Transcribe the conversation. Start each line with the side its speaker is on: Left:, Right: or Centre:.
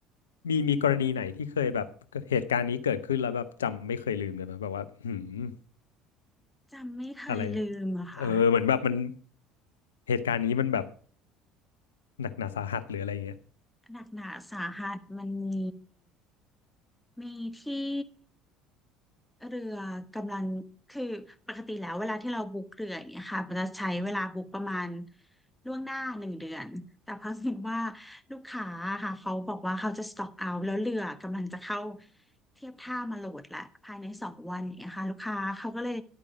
Left: มีมีกรณีไหนที่เคยแบบเหตุการณ์นี้เกิดขึ้นแล้วแบบจำไม่เคยลืมเลยไหมแบบว่าหืม
Centre: จำไม่เคยลืมอะค่ะ
Left: อะไรเออเหมือนแบบมันเหตุการณ์นี้มันแบบหนักหนาสาหัสหรืออะไรอย่างเงี้ย
Centre: หนักหนาสาหัสมันมีมีที่ เรือกำลังคือปกติแล้วเวลาที่เราบุ๊กเรืออย่างเงี้ยค่ะมันจะใช้เวลาบุ๊กประมาณล่วงหน้าหนึ่งเดือนแต่เพิ่งเห็นว่าลูกค้าค่ะเขาบอกว่าเขาจะสต็อกเอาแล้วเรือกำลังจะเข้าเทียบท่ามาโหลดละภายในสองวันอย่างเงี้ยค่ะลูกค้าเขาก็เลย